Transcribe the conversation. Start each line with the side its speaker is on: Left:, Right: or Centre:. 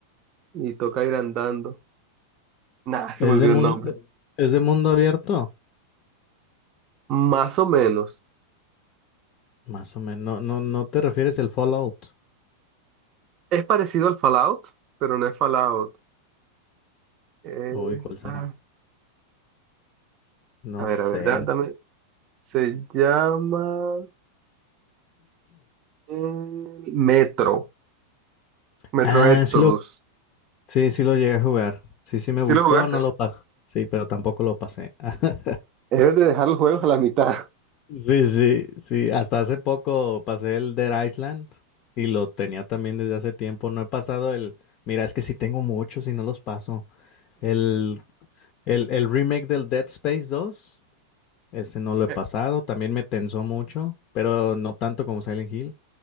Right: y toca ir andando. Nada, se
Left: ¿es
Right: me olvidó
Left: de mun-
Right: el nombre.
Left: es de mundo abierto?
Right: Más o menos.
Left: Más o menos. No, no, no te refieres al Fallout.
Right: Es parecido al Fallout, pero no es Fallout. Es-
Left: Uy, ¿cuál será?
Right: ah,
Left: No
Right: a ver,
Left: sé.
Right: a ver, da- dame. Se llama eh, Metro, Metro
Left: Ah,
Right: Exodus.
Left: sí lo, sí, sí lo llegué a jugar. Sí, sí me
Right: ¿Sí
Left: gustó,
Right: lo jugaste?
Left: no lo pasé. Sí, pero tampoco lo pasé. <laughs>
Right: Debes de dejar los juegos a la mitad.
Left: Sí, sí, sí. Hasta hace poco pasé el Dead Island y lo tenía también desde hace tiempo. No he pasado el. Mira, es que sí tengo muchos y no los paso. El, el, el remake del Dead Space 2. ese no lo he
Right: Eh,
Left: pasado. También me tensó mucho, pero no tanto como Silent Hill.